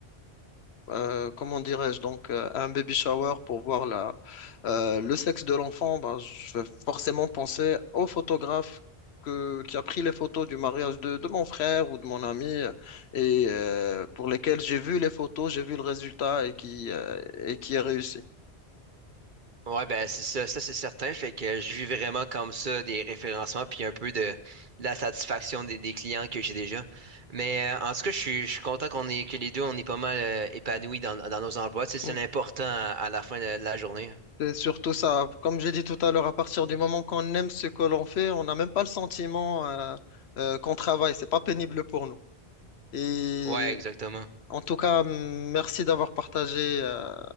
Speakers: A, on the left (about 80°); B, on the right (about 50°).
A: euh, comment dirais-je, donc euh, un baby shower pour voir la, euh, le sexe de l'enfant, ben, je vais forcément penser au photographe que, qui a pris les photos du mariage de, de mon frère ou de mon ami euh, et euh, pour lesquels j'ai vu les photos, j'ai vu le résultat et qui, euh, et qui est réussi.
B: Ouais, ben c'est ça, ça c'est certain. Fait que je vis vraiment comme ça des référencements puis un peu de, de la satisfaction des, des clients que j'ai déjà. Mais euh, en tout cas, je suis, je suis content qu'on est que les deux on est pas mal euh, épanouis dans, dans nos emplois. Tu sais, c'est
A: Mm.
B: l'important à, à la fin de, de la journée.
A: C'est surtout ça. Comme j'ai dit tout à l'heure, à partir du moment qu'on aime ce que l'on fait, on n'a même pas le sentiment euh, euh, qu'on travaille. C'est pas pénible pour nous. Et
B: Ouais, exactement.
A: En tout cas, merci d'avoir partagé, euh,